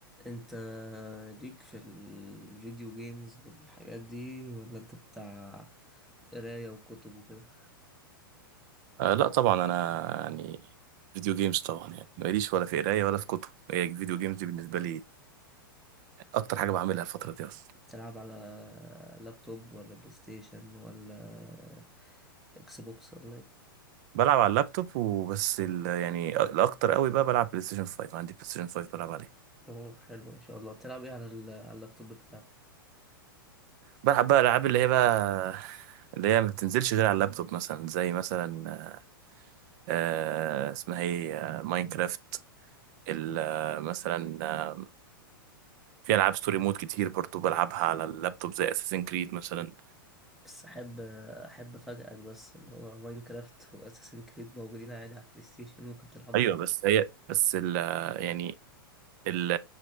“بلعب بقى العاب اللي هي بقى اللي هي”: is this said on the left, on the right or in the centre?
Right